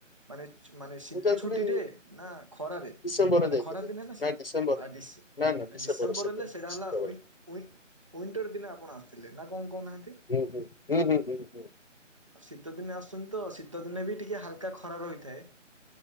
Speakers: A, on the right; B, on the left.
A: ମାନେ ଛ ମାନେ ଶୀତ
B: ମୁଁ ଯାଇଥିଲି
A: ଛୁଟିରେ, ନା ଖରାରେ,
B: ଡିସେମ୍ବରରେ
A: ମାନେ
B: ଯାଇଥିଲି
A: ଖରା ଦିନେ ନା ଶୀ
B: ଡିସେମ୍ବର
A: ଆ ଡିସ୍
B: ନା ନା ଡିସେମ୍ବର
A: ଡିସେମ୍ବରଜେ
B: ଶୀତ
A: ସେରା
B: ଶୀତବେଳେ
A: ହେଲା ୱି ୱି ୱିଣ୍ଟର ଦିନେ ଆପଣ ଆସିଥିଲେ ନା କଣ କହୁନାହାନ୍ତି?
B: ହୁଁ, ହୁଁ, ହୁଁ, ହୁଁ, ହୁଁ, ହୁଁ।
A: ଶୀତ ଦିନେ ଆସୁଛନ୍ତି ତ, ଶୀତ ଦିନେ ବି ଟିକେ ହାଲ୍‌କା ଖରା ରହିଥାଏ।